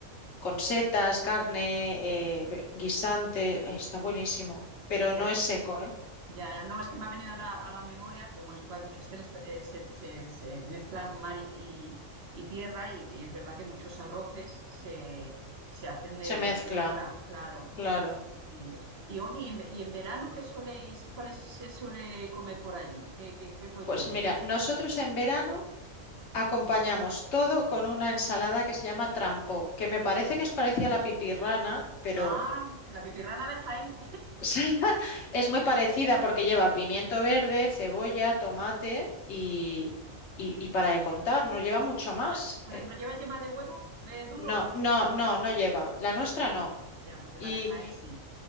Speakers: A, on the left; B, on the right.
A: con setas, carne, eh, be- guisante, eh, está buenísimo, pero
B: ya,
A: no es seco, ¿eh?
B: Ya, no, es que me ha venido a la, a la memoria, como es que has dicho, es que en Espa- eh, se, se- se mezclan mar y, y- y tierra y, y es verdad que muchos arroces se, se hacen de,
A: Se mezcla,
B: de mezcla, claro.
A: claro.
B: Y, eso. Y, oye, ¿y en, ve- y en verano qué soléis, cuáles se suele comer por allí? ¿Qué, qué- qué es lo
A: Pues
B: típico?
A: mira, nosotros en verano Acompañamos todo con una ensalada que se llama trampó, que me parece que es parecida a la pipirrana, pero
B: Ah, la pipirrana de Jaén.
A: Sí, <laughs> es muy parecida porque lleva pimiento verde, cebolla, tomate y, y, y para de contar, no lleva mucho más.
B: No, por
A: Eh,
B: ejemplo, ¿lleva yema de huevo eh, duro?
A: no, no, no, no lleva. La nuestra no.
B: Ya, porque la
A: Y
B: de Jaén sí,